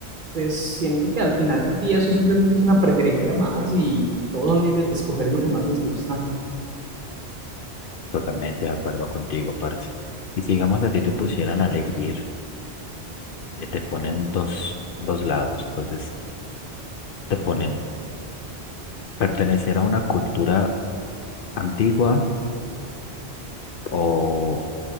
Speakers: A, on the right; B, on the left.
A: Pues siento que al final del día eso simplemente es una preferencia más y todos son libres de escoger lo que más les gusta.
B: Totalmente de acuerdo contigo, parce. Y si, digamos, a ti te pusieran a elegir, eh, te ponen dos, dos lados. Entonces, te ponen pertenecer a una cultura antigua o